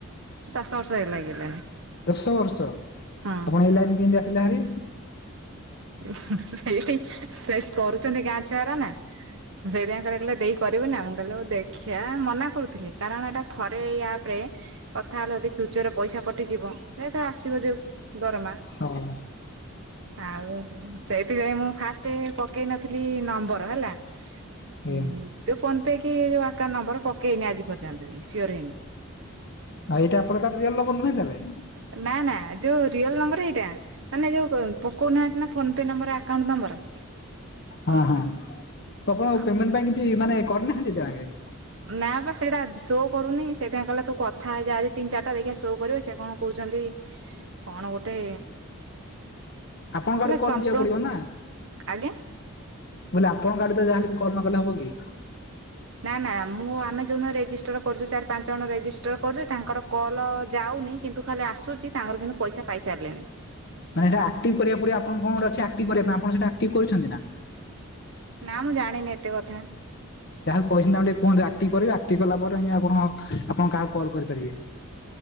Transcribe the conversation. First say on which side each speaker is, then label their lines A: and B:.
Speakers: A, on the right; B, on the left.
A: ଦଶ ବର୍ଷ ହେଇ ଲାଗିଲାଣି
B: ଦଶ ବର୍ଷ,
A: ହଁ
B: ଆପଣ ଏଇ ଲାଇନ କେମିତି ଆସିଲେ ହାରି?
A: ସେଇଠି ସେଇଠି କରୁଛନ୍ତି ଗାଁ ଛୁଆର ନା। ସେଇଥିପାଇଁ କହିଲେ କହିଲେ ଦେଇ କରିବୁ ନା? ମୁଁ କହିଲେ ଦେଖିବା ମନା କରୁଥିଲି କାରଣ ଏଟା ଥରେ ଏଇ ଆପ ରେ କଥା ହେଲେ ଯଦି ଫ୍ୟୁଚରରେ ପଇସା କଟିଯିବ ଏତର ଆସିବ ଯୋଉ ଦରମା
B: ହଁ ହଁ
A: ଆଉ ସେଇଥିପାଇଁ ମୁଁ ଫାଷ୍ଟ ପକେଇ ନଥିଲି ନମ୍ବର ହେଲା। ଯୋଉ
B: ଏଇଆ।
A: ଫୋନ ପେ କି ଯଉ ଆକାଉଣ୍ଟ ନମ୍ବର ପକେଇନି ଆଜି ପର୍ଯ୍ୟନ୍ତ, ସିଓର ହେଇନି।
B: ଆଉ ଏଇଟା ଆପଣଙ୍କର ରିଅଲ ନମ୍ବର ନୁହେଁ ତାହେଲେ?
A: ନା ନା ଯୋଉ ରିଅଲ ନମ୍ବର ଏଇଟା। ମାନେ ଯୋଉ ପକଉନାହାନ୍ତି ନା phone pay number account number.
B: ହଁ ହଁ ତ ଆପଣ
A: ଆଉ
B: ପେମେଣ୍ଟ ପାଇଁ କିଛି ମାନେ କରିନାହାନ୍ତି ଏତେ ଯାଇକେ?
A: ନା ବା ସେଇଟା ଶୋ କରୁନି, ସେଟା କଲେ ତୁ କଥାହେଇଜା ଆଜି ତିିନ ଚାରିଟା ଦେଖିବା ଶୋ କରିବ ସେ କଣ କହୁଛନ୍ତି କଣ ଗୋଟେ
B: ଆପଣଙ୍କ
A: କହିଲା
B: ଆଡୁ କଲ
A: ସମ୍ପ୍ର
B: ଯିବାକୁ ପଡିବ ନା?
A: ଆଜ୍ଞା
B: ବୋଇଲେ ଆପଣଙ୍କ ଆଡେ ତ ଯାହାଲେ ବି କଲ ନ କଲେ ହବ କି?
A: ନା ନା ମୁଁ ଆମେ ଯୋଉ ଦିନ ରେଜିଷ୍ଟର କରୁଛୁ ଚାରି ପାଞ୍ଚ ଜଣ ରେଜିଷ୍ଟର କରୁଛ ତାଙ୍କର କଲ୍ ଯାଉନି କିନ୍ତୁ ଖାଲି ଆସୁଛି ତାଙ୍କର କିନ୍ତୁ ପଇସା ପାଇସାରିଲେଣି।
B: ମାନେ ଏଇଟା ଆକ୍ଟିଭ କରିବାକୁ ପଡିବ, ଆପଣ କଣ ଗୋଟେ ଅଛି, ଆକ୍ଟିଭ କରିବା ପାଇଁ ଆପଣ ସେଟା ଆକ୍ଟିଭ କରିଛନ୍ତି ନା?
A: ନା ମୁଁ ଜାଣିନି ଏତେ କଥା।
B: ଯାହାକୁ କହିଛନ୍ତି ତାଙ୍କୁ ଟିକେ କୁହନ୍ତୁ ଆକ୍ଟିଭ୍ କରିବେ ଆକ୍ଟିଭ୍ କଲା ପରେ ଯାଇଁକି ଆପଣ ଆପଣ କାହାକୁ କଲ୍ କରିପାରିବେ।